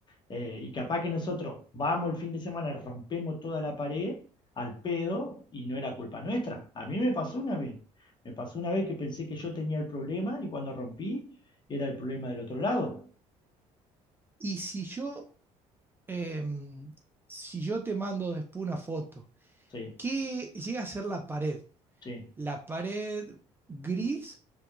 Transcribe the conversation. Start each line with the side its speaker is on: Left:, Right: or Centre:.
Left: Eh, y capaz que nosotros vamos el fin de semana, rompemos toda la pared al pedo y no era culpa nuestra. A mí me pasó una vez. Me pasó una vez que pensé que yo tenía el problema y cuando rompí era el problema del otro lado.
Right: Y si yo, em, si yo te mando después una foto,
Left: Sí,
Right: ¿qué llega a ser la pared?
Left: sí,
Right: ¿La pared gris?